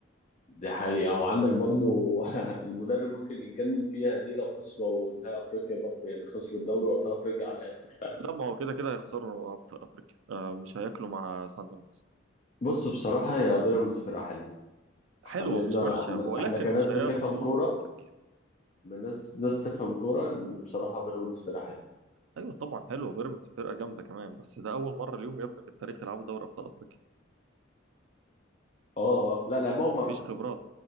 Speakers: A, on the left (about 35°); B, on the right (about 80°).
A: دي حقيقة وعندك برضو <laughs> المدرب ممكن يتجنن فيها دي لو خسروا نهائي أفريقيا برضو يعني خسروا الدوري وأبطال أفريقيا على الآخر فاهم
B: لا ما هو كده كده هيخسروا في افريقيا آه، مش هياكلوا مع سان داونز
A: بص بصراحة يا بيراميدز فرقة حلوة خلينا
B: حلوه مش وحشه
A: احنا
B: ولكن
A: احنا كناس
B: مش
A: بتفهم
B: هياخدوا
A: كوره
B: افريقيا
A: من ناس ناس تفهم كوره ان بصراحه بيراميدز فرقه حلوه
B: ايوه طبعا حلوه بيراميدز فرقه جامده كمان بس ده اول مره اليوم يا ابني في التاريخ يلعبوا دوري ابطال افريقيا
A: اه اه لا لعبوها مره
B: مفيش خبرات